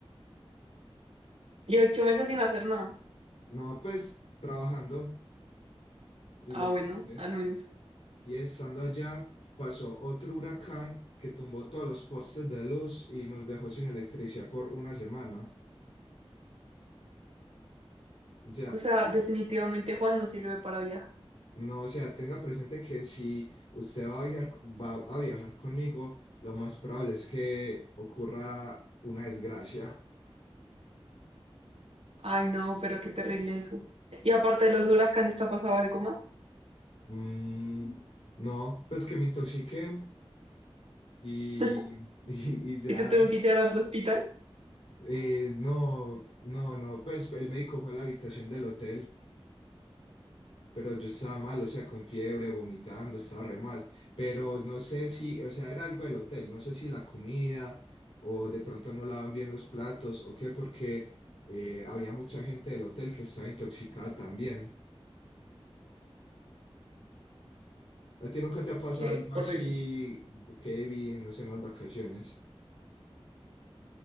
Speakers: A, on the right; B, on the left.
A: Yo ocho meses sin hacer nada.
B: no pues trabajando, igual.
A: Ah, bueno,
B: trabajé
A: al menos.
B: Y estando allá, pasó otro huracán que tumbó todos los postes de luz y nos dejó sin electricidad por una semana. O sea,
A: O sea, definitivamente Juan no sirve para viajar.
B: no, o sea, tenga presente que si usted va a viajar, va a viajar conmigo, lo más probable es que ocurra una desgracia.
A: Ay, no, pero qué terrible eso. Y aparte de los huracanes, ¿te ha pasado algo más?
B: Mm, no, pues que me intoxiqué y,
A: <laughs>
B: <laughs> y, y ya.
A: ¿Y te tuvieron que llevar al hospital?
B: Eh, no, no, no, pues el médico fue a la habitación del hotel. pero yo estaba mal, o sea, con fiebre, vomitando, estaba re mal. Pero no sé si, o sea, era algo del hotel, no sé si la comida o de pronto no lavan bien los platos o qué, porque eh, había mucha gente del hotel que estaba intoxicada también. ¿A ti nunca te ha pasado
A: Qué
B: algo así
A: horrible.
B: heavy, no sé, en las vacaciones?